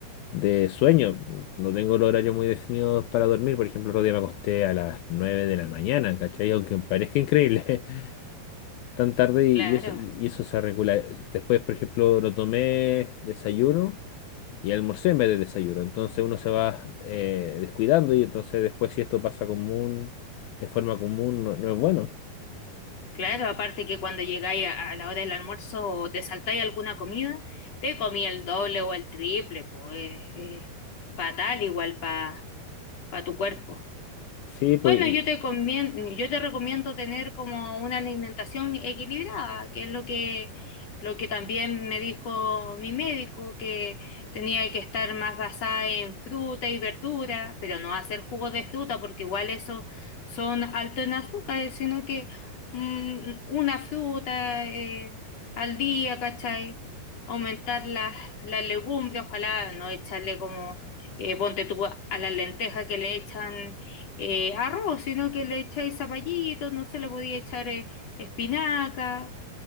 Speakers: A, on the left; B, on the left.
A: de sueño. No tengo el horario muy definido para dormir. Por ejemplo, el otro día me acosté a las 9 de la mañana, ¿cachai? Aunque parezca increíble. tan tarde y,
B: Claro,
A: y eso, y, y eso se regula. Después, por ejemplo, lo tomé desayuno y almorcé en vez de desayuno. Entonces uno se va eh, descuidando y entonces después si esto pasa común, de forma común, no, no es bueno.
B: claro, aparte que cuando llegáis a, a la hora del almuerzo o te saltáis alguna comida, te comí el doble o el triple, pues es, fatal igual para tu cuerpo.
A: Sí, pues
B: Bueno,
A: y,
B: yo te convien- yo te recomiendo tener como una alimentación equilibrada, que es lo que, lo que también me dijo mi médico, que tenía que estar más basada en fruta y verdura, pero no hacer jugos de fruta, porque igual eso son altos en azúcares, sino que mm, una fruta eh, al día, ¿cachai? Aumentar las, las legumbres, ojalá no echarle como, eh, ponte tú a las lentejas que le echan eh, arroz, sino que le echáis zapallito, no se le podía echar eh, espinaca,